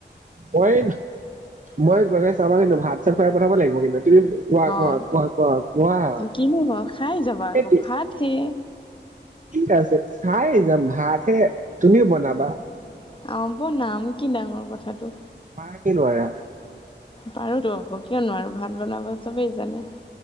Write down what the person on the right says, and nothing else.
মই মই গলে চাবা কিন্তু ভাত চাত খুৱাই পঠাব লাগিব কিন্তু। কোৱা কোৱা
কোৱা কোৱা কোৱাটো।
কি আছে খাই যাম ভাত হে তুমিও বনাবা।
পাৰা কি নোৱাৰা।